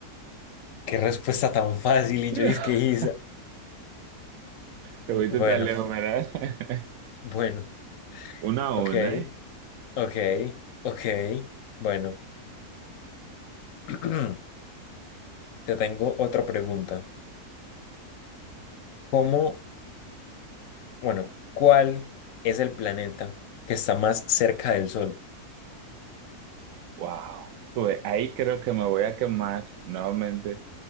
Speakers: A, on the left; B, on the right.
A: qué respuesta tan fácil
B: <laughs>
A: y yo dije que Giza.
B: Te fuiste
A: Bueno,
B: tan lejos, ¿verdad? <laughs>
A: bueno.
B: Una a
A: Ok,
B: una, ¿eh?
A: ok, ok. Bueno, <clears throat> te tengo otra pregunta. ¿Cómo, bueno, cuál es el planeta que está más cerca del Sol?
B: Wow. Pues ahí creo que me voy a quemar nuevamente,